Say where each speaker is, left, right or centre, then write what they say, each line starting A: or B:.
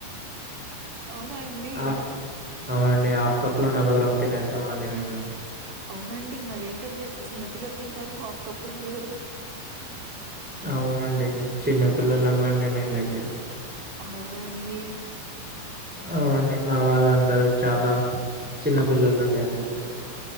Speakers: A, on the right; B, in the centre.
A: అవునాండి
B: హాఫ్ అవునండి హాఫ్ కప్ లో నలుగురమ్ తినేసామండి మేము
A: అవునండి మరేంటండి అది చిన్న పిల్లలు తింటారు హాఫ్ కప్లో నలుగరు
B: అవునండి చిన్న పిల్లలమండి మేమైతే
A: అవునాండి
B: అవునండి మా వాళ్ళందరు చాలా చిన్నపిల్లలండి అసలు కు